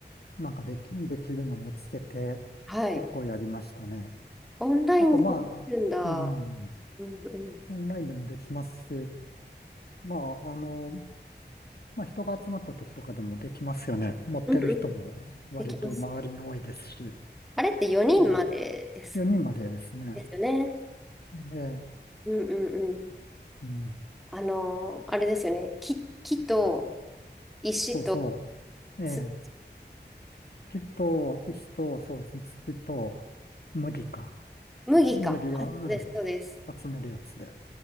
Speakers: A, on the left; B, in the centre.
A: なんかでき、できるの見つけて、
B: はい。
A: 結構やりましたね。
B: オンラインでもできるんだ。
A: あと、まあ、うん、
B: うんうん。
A: オンラインでもできますし、まあ、あの、まあ、人が集まった時とかでもできますよね。持ってる人も割と周りに多いですし、
B: うんうんできます。あれって4人までです。
A: うん、4人までですね。
B: ですよね。
A: ええ、
B: うんうんうん。
A: うん、
B: あのーあれですよね。木、木と石と
A: そうそう。ええ、
B: 土
A: 木と石と、そうですね、土と麦か。
B: 麦か。
A: 麦を、
B: あそうです、
A: うん、
B: そうです。
A: 集めるやつで。